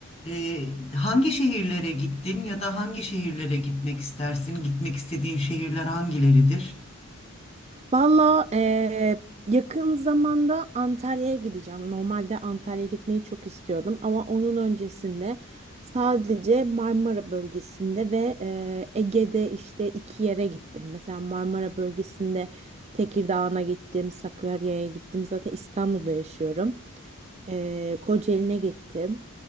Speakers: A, on the left (about 30°); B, on the right (about 30°).
A: Ee, hangi şehirlere gittin ya da hangi şehirlere gitmek istersin? Gitmek istediğin şehirler hangileridir?
B: Valla eee, yakın zamanda Antalya'ya gideceğim. Normalde Antalya'ya gitmeyi çok istiyordum ama onun öncesinde sadece Marmara bölgesinde ve eee, Ege'de işte iki yere gittim. Mesela Marmara bölgesinde Tekirdağ'a gittim, Sakarya'ya gittim. Zaten İstanbul'da yaşıyorum. Eee Kocaeli'ne gittim.